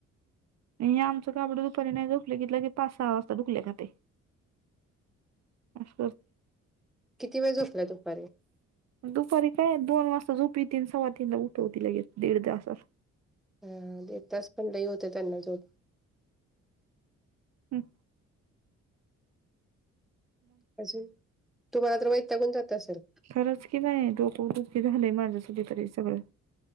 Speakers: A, on the right (about 60°); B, in the centre.
A: नाही आमंच गाबड दुपारी नाही झोपलं कि लगे पाच सहा वाजता दुखल्या खाताय. अस.
B: किती वेळ झोपलाय दुपारी.
A: दुपारी काय दोन वाजता झोपवती तीनसव्वा तीनला उठवती लगेच दीड वाजता.
B: हा दड तास पण लही होते त्यांना जो.
A: हम्
B: अजून तुम्हाला तर वैतागून पण जात असेल.
A: खरंच की नाही डोकदुखी की झालंय माझ्यासाठी तरी सगळं.